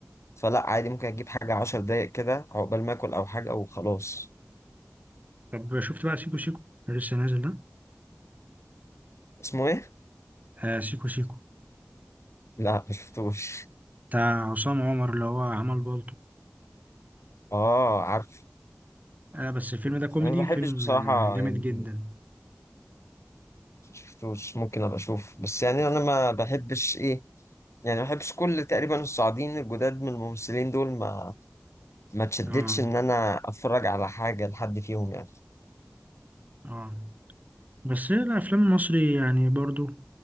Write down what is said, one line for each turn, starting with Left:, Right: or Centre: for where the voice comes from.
Left: فلا عادي ممكن اجيب حاجه عشر دقايق كده عقبال ما اكل او حاجه وخلاص
Right: طب شفت بقى سيكو سيكو اللي لسه نازل ده
Left: اسمه ايه
Right: آه سيكو سيكو
Left: لا مشفتوش
Right: بتاع عصام عمر اللي هو عمل بالطو
Left: اه عارف
Right: آه بس الفيلم ده كوميدي
Left: انا ما بحبش
Right: فيلم
Left: بصراحه
Right: آه جامد
Left: يعني
Right: جدا
Left: شفتوش ممكن ابقى اشوف بس يعني انا ما بحبش ايه يعني ما بحبش كل تقريبا الصاعدين الجداد من الممثلين دول ما ما اتشدتش
Right: اه
Left: ان انا اتفرج على حاجه لحد فيهم يعني
Right: اه بس هي الافلام المصري يعني برضو